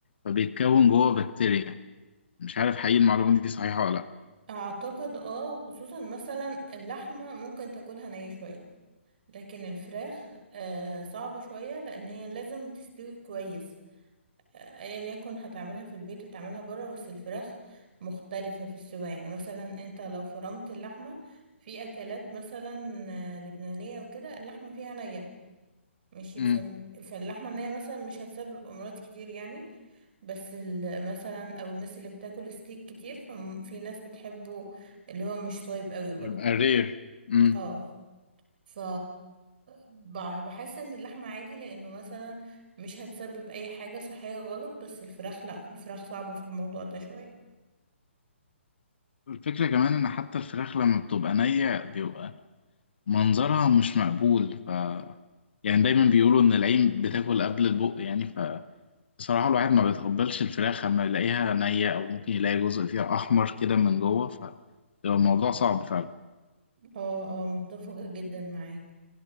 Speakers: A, on the left; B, on the right.
A: فبيتكون جوه بكتيريا مش عارف حقيقي المعلومة دي صحيحة ولا لأ
B: اعتقد اه خصوصا مثلا اللحمة ممكن تاكلها نية شوية لكن الفراخ آه صعبة شوية لان هي لازم تستوي كويس ايا يكن هتعملها في البيت هتعملها بره بس الفراخ مختلفة في السوا يعني مثلا انت لو فرمت اللحمة في اكلات مثلا آه، لبنانية وكده اللحمة فيها نية ماشي
A: مم.
B: ف- فاللحمة النية مثلا مش هتسبب امراض كتير يعني بس ال- مثلا او الناس اللي بتاكل ستيك كتير ففي ناس بتحبه اللي هو مش طيب قوي برضه
A: يبقى رير مم.
B: اه ف ب- بحس ان اللحمة عادي لانه مثلا مش هتسبب اي حاجة صحية غلط بس الفراخ لا الفراخ صعبة في الموضوع ده شوية
A: الفكرة كمان إن حتى الفراخ لما بتبقى نية بيبقى منظرها مش مقبول ف يعني دايما بيقولوا إن العين بتاكل قبل البق يعني فبصراحة الواحد ما بيتقبلش الفراخ لما يلاقيها نية أو ممكن يلاقي جزء فيها أحمر كده من جوه ف بيبقى الموضوع صعب فعلا
B: اه اه متفقة جدا معاك